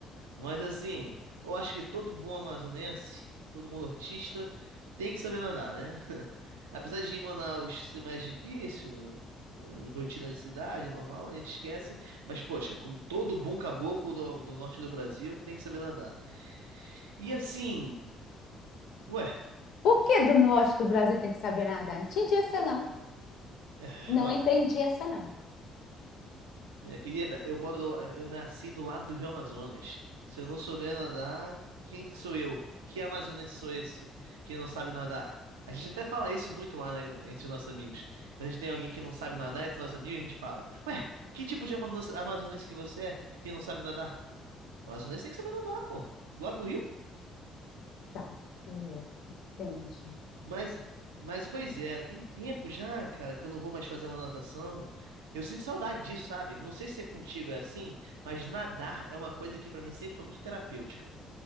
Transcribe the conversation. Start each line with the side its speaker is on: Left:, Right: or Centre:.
Right: Mas assim, eu acho que todo bom amazonense, todo bom nortista, tem que saber nadar, né? <laughs> Apesar de em Manaus ser mais difícil, eh, rotina de cidade, normal, a gente esquece. Mas, poxa, como todo bom caboclo do, do norte do Brasil, tem que saber nadar. E assim, ué,
Left: Por que do norte do Brasil tem que saber nadar? Não entendi essa, não.
Right: é,
Left: Não
Right: ué,
Left: entendi essa, não.
Right: Minha querida, eu moro do, eu nasci do lado do Rio Amazonas. Se eu não souber nadar, quem que sou eu? Que amazonense sou esse que não sabe nadar? A gente até fala isso muito lá, né, entre os nossos amigos. Quando a gente tem alguém que não sabe nadar entre os nossos amigos, a gente fala: Ué, que tipo de amano- amazonense que você é que não sabe nadar? O amazonense tem que saber nadar, pô. Do lado do rio?
Left: então É. Entendi.
Right: Mas, mas pois é, tem tempo já, cara, que eu não vou mais fazer uma natação. Eu sinto saudade disso, sabe? Não sei se é contigo é assim, mas nadar é uma coisa que pra mim sempre foi muito terapêutica.